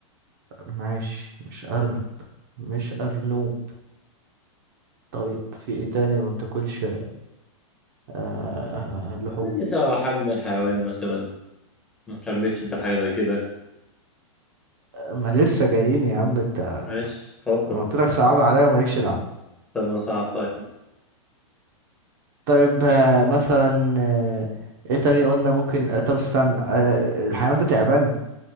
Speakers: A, on the right; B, in the centre.
A: ماشي مش ارنب مش ارنوب طيب في ايه تاني ما بتاكلش آه لحوم
B: عادي سواء على حجم الحيوان مثلا ما اهتمتش انت بحاجة زي كده
A: ما لسه جايين يا عم انت
B: ماشي اتفضل
A: انا قلت لك صعب عليا ومالكش دعوه
B: طب انا صعب طيب
A: طيب آه مثلا آه ايه تاني قلنا ممكن آه طب استنى آه الحيوان ده تعبان